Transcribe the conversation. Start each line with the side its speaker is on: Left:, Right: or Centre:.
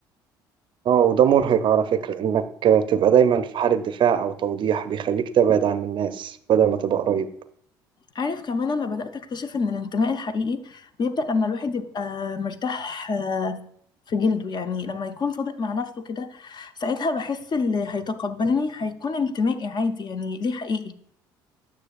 Right: آه وده مرهق على فكرة إنك تبقى دايما في حالة دفاع أو توضيح بيخليك تبعد عن الناس بدل ما تبقى قريب
Left: عارف كمان أنا بدأت أكتشف إن الانتماء الحقيقي بيبدأ لما الواحد يبقى مرتاح آه، في جلده يعني لما يكون صادق مع نفسه كده ساعتها بحس اللي هيتقبلني هيكون انتمائي عادي يعني ليه حقيقي